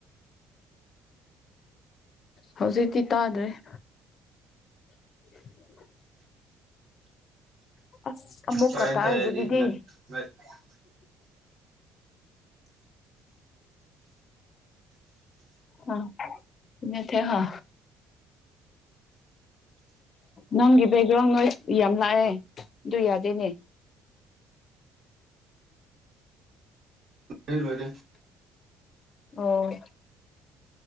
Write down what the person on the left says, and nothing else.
<inaudible> ꯍꯧꯖꯤꯛꯇꯤ ꯇꯥꯗ꯭ꯔꯦ <inaudible> ꯑꯁ ꯑꯃꯨꯛꯀ
ꯇꯥꯏꯔꯤꯖꯤꯗꯤ
ꯑ ꯅꯦꯠꯊꯦꯍꯥ ꯅꯪꯒꯤ ꯕꯦꯛꯒ꯭ꯔꯥꯎꯟ ꯅ‌ꯣꯏꯁ ꯌꯥꯝ ꯂꯥꯛꯑꯦ ꯑꯗꯨ ꯌꯥꯗꯦꯅꯦ
ꯑꯣ